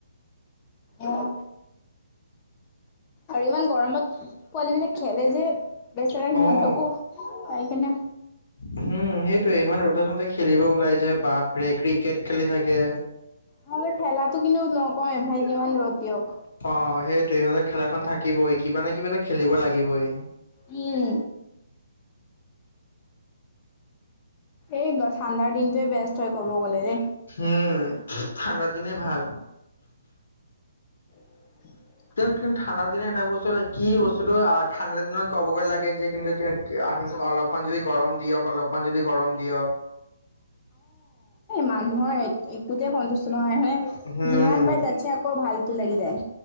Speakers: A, on the left (about 20°); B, on the left (about 70°).
A: অহ। আৰু ইমান গৰমত পোৱালী বিলাক খেলে যে। বেচেৰা সিহঁতকো
B: অ
A: অহ চাই কিনে।
B: উম সেইটোৱে ইমান ৰ'দত হতে খেলিব ওলাই যায় বাপৰে ক্ৰিকেট খেলি থাকে।
A: তথাপিও খেলা টো কিন্তু নকমে ভাই যিমান ৰ'দ। দিয়ক
B: অহ সেইটোৱে ইহঁতৰ খেলাখন থাকিবই কিবা না কিবা এটা খেলিব লাগিবই।
A: উম। এই ঠাণ্ডা দিন <unintelligible> কব গ'লে দেই
B: উম ঠাণ্ডাৰ দিনেই ভাল
A: <inaudible>
B: কিন্তু ঠাণ্ডা দিন এটা বস্তু কি বস্তুটো আ ঠাণ্ডা দিনত ক'ব গৈ লাগে যে কিন্তু
A: অ এ
B: অলপমান যদি গৰম দিয়ক অলপমান যদি গৰম দিয়ক
A: মানুহৰ একোতে সন্তুষ্ট নহয় হে
B: হম
A: যিমান পায় তাতছে আকৌ ভালতো লাগি যায়